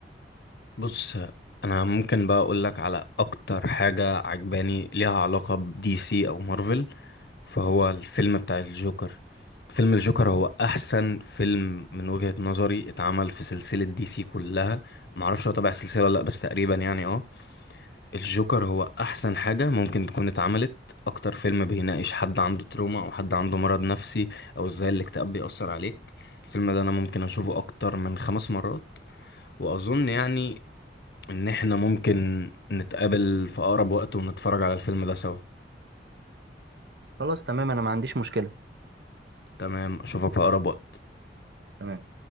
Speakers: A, on the left; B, on the right.
A: بص انا ممكن بقى اقول لك على اكتر حاجة عجباني ليها علاقة بدي سي او مارفل فهو الفيلم بتاع الجوكر فيلم الجوكر هو احسن فيلم من وجهة نظري اتعمل في سلسلة دي سي كلها معرفش هو تبع السلسلة ولا لا بس تقريبا يعني اه الجوكر هو احسن حاجة ممكن تكون اتعملت اكتر فيلم بيناقش حد عنده تروما او حد عنده مرض نفسي او ازاي الاكتئاب بيأثر عليك الفيلم ده انا ممكن اشوفه اكتر من خمس مرات واظن يعني ان احنا ممكن نتقابل في اقرب وقت ونتفرج على الفيلم ده سوا
B: خلاص تمام أنا ما عنديش مشكلة
A: تمام اشوفك في اقرب وقت
B: تمام